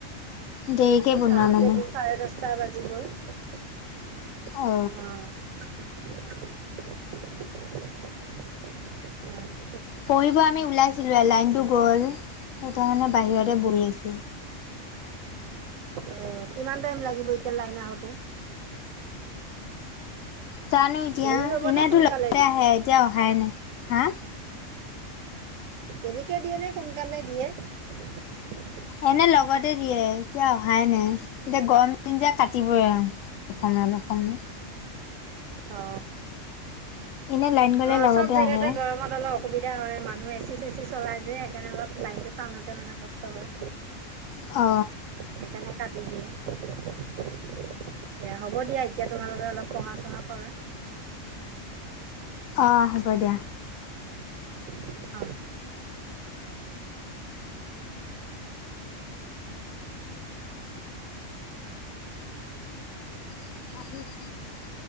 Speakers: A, on the left; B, on the right.
A: দেৰিকে বনোৱা
B: খাওতেটো
A: মানে
B: চাৰে দহটা বাজিবই অহ
A: অ পঢ়িব আমি ওলাইছিলোয়ে লাইনটো গ'ল সেইকাৰণে বাহিৰতে বহি আছোঁ
B: অ কিমান টাইম লাগিব এতিয়া লাইন আহোতে
A: জানো এতিয়া
B: দেৰি হ'ব
A: এনেইতো
B: নে সোনকালে
A: লগতে
B: দি
A: আহে এতিয়া অহাই নাই হা
B: দেৰিকে দিয়ে নে সোনকালে দিয়ে
A: এনে লগতে দিয়ে এতিয়া অহাই নাই এতিয়া গৰম দিন যে কাটিবই আৰু অকমান অকমান
B: অ
A: এনে লাইন গ'লে
B: অ
A: লগতে
B: চব জেগাতে
A: আহে
B: গৰমত অলপ অসুবিধা ধা হয় মানুহ এ চি চে চি চলাই যে সেইকাৰণে অলপ লাইনটো টানোতে মানে কষ্ট হয়
A: অ
B: সেইকাৰনে কাটি দিয়ে এতিয়া হ'ব দিয়া এতিয়া তোমালোকে অলপ পঢ়া চহা কৰা
A: অঁ হ'ব দিয়া
B: অ
A: <unintelligible>